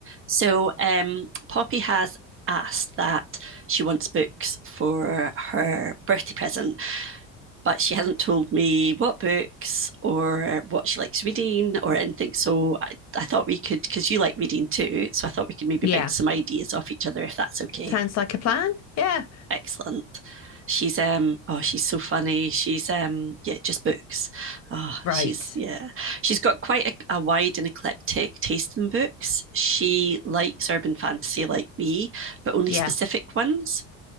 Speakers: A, on the right (about 35°); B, on the left (about 45°).
A: So um, Poppy has asked that she wants books for her birthday present, but she hasn't told me what books or what she likes reading or anything. So I, I thought we could, because you like reading too, so I thought we could maybe
B: Yeah.
A: bounce some ideas off each other if that's okay
B: Sounds like a plan. Yeah.
A: excellent. She's um oh she's so funny. She's um yeah just books. Oh
B: Right.
A: she's yeah she's got quite a, a wide and eclectic taste in books. She likes urban fantasy like me, but only
B: Yeah.
A: specific ones.